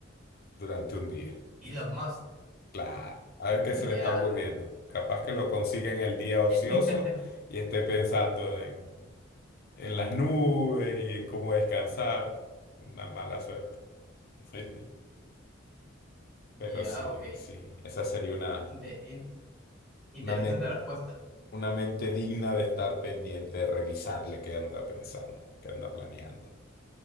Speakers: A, on the left (about 50°); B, in the centre.
A: durante un día.
B: Elon Musk.
A: Claro, a ver qué se
B: Ya,
A: le está ocurriendo. Capaz que lo consiga en el día ocioso
B: <laughs>
A: y esté pensando en, en las nubes y en cómo descansar. Una mala suerte. <laughs>
B: ya,
A: Pero sí,
B: ok.
A: sí, esa sería una,
B: Inte- in- interesante
A: una
B: respuesta.
A: una mente digna de estar pendiente, de revisarle qué anda pensando, qué anda planeando.